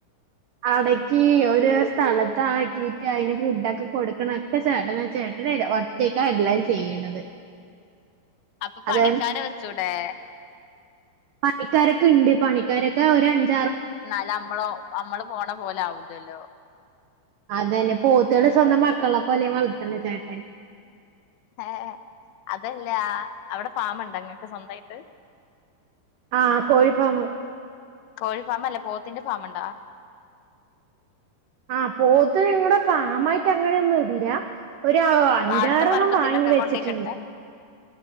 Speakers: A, on the right; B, on the left.
A: അടക്ക് ഒരു സ്ഥലത്താക്കിട്ട് അതിന് ഫുഡൊക്കെ കൊടുക്കണൊക്കെ ചേട്ടനാ ചേട്ടന് ഒറ്റ റ്റക്കാ എല്ലാം ചെയ്യണത്
B: അപ്പൊ
A: അതെ
B: പണിക്കാരെ വെച്ചൂടെ
A: പണിക്കാരൊക്കെണ്ട് പണിക്കാരൊക്കെ ഒരു അഞ്ച്
B: എന്നാല് നമ്മള് നമ്മള് പോണ പോലെ ആവൂലല്ലോ
A: അതന്നെ പോത്ത്കളെ സ്വന്തം മക്കളെ പോലെയാ വളർത്ത്ണ ചേട്ടൻ
B: ഏ അതല്ല അവിടെ ഫാം ഉണ്ടോ ഇങ്ങക്ക് സ്വന്തമായിട്ട്
A: ആഹ് കോഴി ഫാം
B: കോഴി ഫാം അല്ല പോത്തിന്റെ ഫാം ഉണ്ടോ
A: ആഹ് പോത്ത് ഇങ്ങനെ ഫാമായിട്ട് അങ്ങനെയൊന്നുല്ല ഒരു അഞ്ചാറെണ്ണം
B: പാടത്തും പറമ്പത്തിലൊക്കെ
A: വാങ്ങി വെച്ചിട്ട്ണ്ട്
B: കൊണ്ടോയി കെട്ടാൻ